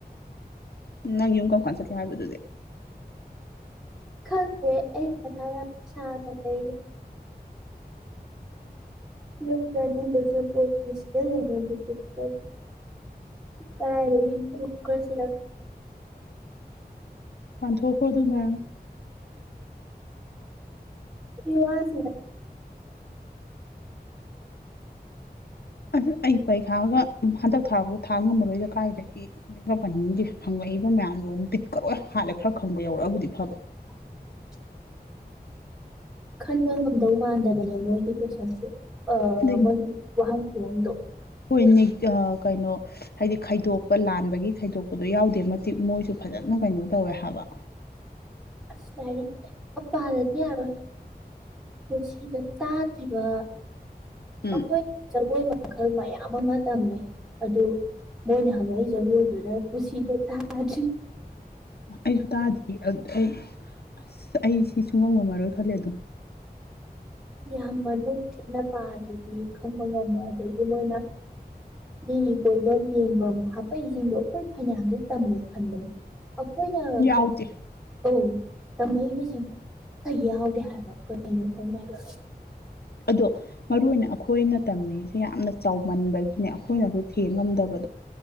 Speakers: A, on the left (about 70°); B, in the centre.
A: ꯅꯪ ꯌꯨꯝ ꯀꯔꯀꯥꯟ ꯆꯠꯀꯦ ꯍꯥꯏꯕꯗꯨꯗꯤ
B: ꯈꯜꯦ ꯂꯩ ꯂꯖꯅꯤ ꯁ ꯄꯁꯅꯦ ꯂꯩꯅꯤꯁ ꯄ ꯀꯥꯏ ꯂꯩ ꯀꯁꯤ
A: ꯄꯥꯟꯊꯣꯛꯈꯣ ꯑꯗꯨ ꯃ
B: <unintelligible> ꯋꯥꯁꯤ
A: ꯑ ꯑꯩ ꯄꯔꯤꯈꯥꯒ ꯍꯟꯗꯛ ꯊꯥ ꯊꯥꯕ ꯉꯝꯃꯔꯣꯏꯗꯦ ꯀꯥꯏꯗꯒꯤ ꯑꯦꯛꯃꯛ ꯄꯟꯅꯤꯡꯗꯦ ꯍꯪꯕꯛꯏ ꯕ ꯃꯌꯥꯝꯗꯣ ꯕꯤꯠꯀꯔꯣꯏ ꯍꯥꯜꯂꯦ ꯈꯔ ꯈꯪꯕ ꯌꯧꯔꯛꯑꯕꯨꯗꯤ ꯐꯕ
B: <unintelligible> ꯈꯟꯕ ꯉꯝꯗꯧ ꯃꯥꯟꯗꯕꯅꯦ ꯃꯣꯏꯒꯤ ꯀꯣꯏꯁꯟꯁꯦ ꯑ
A: ꯀꯥꯏꯗꯩ
B: ꯃꯟ ꯋꯥꯍꯪ ꯀꯗ
A: ꯍꯣꯏ ꯀꯩꯅꯣ ꯍꯥꯏꯗꯤ ꯈꯥꯏꯗꯣꯛꯄ ꯂꯥꯟꯕꯒꯤ ꯈꯥꯏꯗꯣꯛꯄꯗꯣ ꯌꯥꯎꯗꯦ ꯃꯇꯤꯛ ꯃꯣꯏꯁꯨ ꯐꯖꯅ ꯀꯩꯅꯣ ꯇꯧꯋꯦ ꯍꯥꯏꯕ
B: ꯑꯁꯂꯅꯤ ꯑꯄꯥ ꯑꯗꯗꯤ ꯌꯥꯔꯣꯏ ꯄꯨꯟꯁꯤꯗ ꯇꯥꯗ꯭ꯔꯤꯕ
A: ꯎꯝ
B: ꯑꯩꯈꯣꯏ ꯖꯒꯣꯏ ꯃꯈꯜ ꯃꯌꯥꯝ ꯑꯃ ꯇꯝꯃꯦ ꯑꯗꯨ ꯃꯅ ꯍꯪꯉꯩꯖꯒꯗꯅ ꯄꯨꯁꯤꯗ ꯊꯥꯖ
A: ꯑꯩꯁꯨ ꯇꯥꯗ ꯑꯩ ꯑꯁ ꯑꯩ ꯁꯤꯁꯨꯨꯡ ꯉꯝ ꯉꯝꯃꯔꯣꯏ ꯈꯜꯂꯦ ꯑꯗꯨꯝ
B: ꯌꯥꯝ ꯃꯅꯨꯡ ꯊꯤꯠꯅ ꯄꯥꯗ꯭ꯔꯗꯤ ꯈꯪꯕ ꯉꯝꯃꯣꯏ ꯑꯗꯒꯤ ꯃꯣꯏꯅ ꯃꯤꯔꯤ ꯀꯣꯏꯐꯝ ꯌꯦꯡꯐꯝ ꯍꯥꯄꯛꯁꯤꯡꯗꯣ ꯑꯩꯈꯣꯏ ꯐꯩꯅꯥꯟꯜꯂꯤ ꯇꯝꯃꯦ ꯈꯟꯕꯅꯦ ꯑꯩꯈꯣꯏꯅ
A: ꯌꯥꯎꯗꯦ
B: ꯑ ꯇꯝꯃꯛꯏꯕꯁꯤꯡꯗꯣ ꯑꯇ ꯌꯥꯎꯗꯦ ꯍꯥꯏꯕ ꯀꯩꯅꯣ ꯈꯪꯗꯦ ꯍꯥꯏꯕ
A: ꯑꯗꯣ ꯃꯔꯨ ꯑꯣꯏꯅ ꯑꯩꯈꯣꯏꯅ ꯇꯝꯃꯤꯉꯤꯁꯦ ꯌꯥꯝꯅ ꯆꯥꯎꯃꯟꯕꯒꯤꯅꯦ ꯑꯩꯈꯣꯏꯅꯁꯨ ꯊꯦꯡꯉꯝꯗꯕꯗ